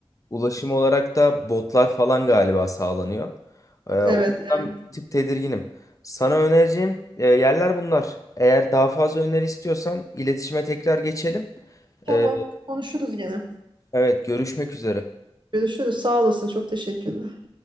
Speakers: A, on the left; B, on the right.
A: Ulaşım olarak da botlar falan galiba sağlanıyor. Ee, o
B: Evet,
A: yüzden
B: evet.
A: bir tık tedirginim. Sana önereceğim e, yerler bunlar. Eğer daha fazla öneri istiyorsan iletişime tekrar geçelim.
B: Tamam.
A: Ee,
B: Konuşuruz gene.
A: evet, görüşmek üzere.
B: Görüşürüz. Sağ olasın. Çok teşekkürler.